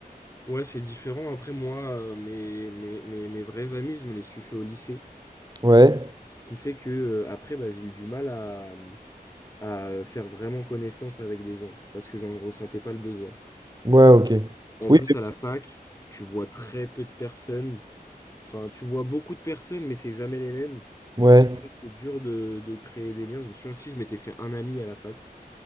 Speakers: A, on the left; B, on the right.
A: Ouais, c'est différent. Après, moi, euh, mes, mes, mes, mes vrais amis, je me les suis fait au lycée.
B: Ouais,
A: Ce qui fait que, euh, après, bah, j'ai eu du mal à, à faire vraiment connaissance avec des gens parce que j'en ressentais pas le besoin.
B: ouais, ok.
A: En
B: Oui,
A: plus,
B: mais-
A: à la fac, tu vois très peu de personnes. Enfin, tu vois beaucoup de personnes, mais c'est jamais les mêmes.
B: ouais.
A: Ce qui fait que c'est dur de, de créer des liens. Je me souviens aussi, je m'étais fait un ami à la fac.